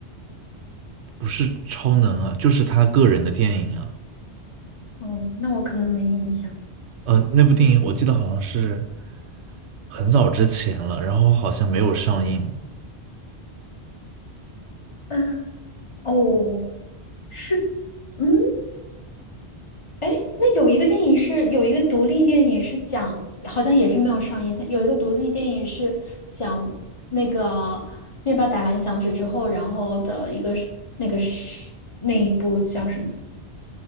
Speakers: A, on the right; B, on the left.
A: 不是超能啊，就是他个人的电影啊，
B: 哦，那我可能没印象。
A: 呃，那部电影我记得好像是很早之前了，然后好像没有上映。
B: 嗯，哦，是，嗯，哎，那有一个电影是有一个独立电影是讲，好像也是没有上映。它有一个独立电影是讲那个灭霸打完响指之后，然后的一个是那个是那一部叫什么？